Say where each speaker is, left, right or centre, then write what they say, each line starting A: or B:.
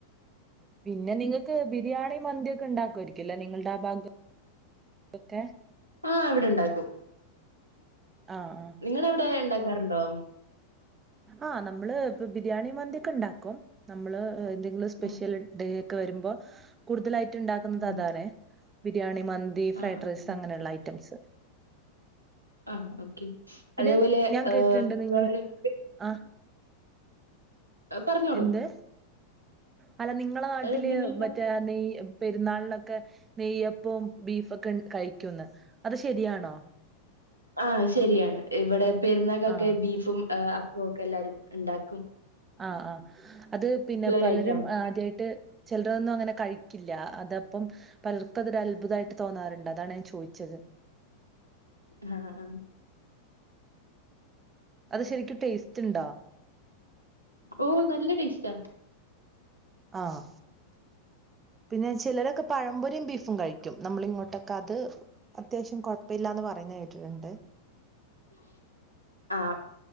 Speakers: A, on the right; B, on the right.
A: പിന്നെ നിങ്ങക്ക് ബിരിയാണി മന്തിയൊക്കെ ഉണ്ടാക്കുമായിരിക്കൊല്ലെ നിങ്ങളുടെ ആ ഭാഗം ഒക്കെ
B: ആഹ് ഇവിടെ ഇണ്ടാക്കും
A: ആഹ് ആഹ്
B: നിങ്ങടവിടെ ഉണ്ടാ ഇണ്ടാക്കാറുണ്ടോ
A: ആഹ് നമ്മള് ഇപ്പ ബിരിയാണി മന്തിയൊക്കെ ഇണ്ടാക്കും നമ്മള് ഏഹ് എന്തെങ്കിലും സ്പെഷ്യല്
B: ഉം
A: ഡേ ഒക്കെ വരുമ്പോ കൂട്തലായി റ്റിണ്ടാക്കുന്നത്
B: ഉം
A: അതാണെ ബിരിയാണിം മന്തി, ഫ്രൈഡ്
B: ആഹ് ആഹ്
A: റൈസ് അങ്ങനൊള്ള ഐറ്റംസ്
B: ആഹ് ഓക്കെ
A: പിന്നെ
B: അതേപോലെ
A: ഞാൻ കേട്ടിട്ടുണ്ട്
B: ആഹ്‌
A: നിങ്ങൾ
B: വേറെ <unintelligible>
A: ആഹ്
B: ഏഹ് പറഞ്ഞോളൂ
A: എന്ത് അല്ല നിങ്ങളെ നാട്ടില്
B: അത് നിങ്ങൾ
A: മറ്റേ
B: പറഞ്ഞോ
A: നെയ് പെരുന്നാളിനൊക്കെ നെയ്യപ്പോം ബീഫോക്കെ കഴിക്കൂന്ന് അത് ശെരിയാണോ?
B: ആഹ് ശരിയാണ് ഇവിടെ പെരുന്നാക്കൊക്കെ
A: ആഹ്
B: ബീഫും ആഹ്‌ അപ്പവൊക്കെ എല്ലാരും ഇണ്ടാക്കും
A: ആ ആഹ് അത് പിന്നെ പലരും
B: ഒരു ഐറ്റാണ്
A: ആദ്യായിട്ട് ചെലരൊന്നും അങ്ങനെ കഴിക്കില്ല അത പ്പം പലർക്കും അതൊരു അത്ഭുതായിട്ട് തോന്നാറ്ണ്ട് അതാണ് ഞാൻ ചോയിച്ചത്
B: ആഹ് ആ
A: അത് ശരിക്കും ടേസ്റ്റ് ഉണ്ടോ
B: ഓ നല്ല ടേസ്റ്റാ
A: ആഹ് പിന്നെ ചിലരൊക്കെ പഴംപൊരിയും ബീഫും കഴി ക്കും നമ്മളിങ്ങോട്ടൊക്കെ അത് അത്യാവശ്യം കൊഴപ്പില്ലാന്ന് പറയുന്നെ കേട്ടിട്ടുണ്ട്.
B: ആഹ്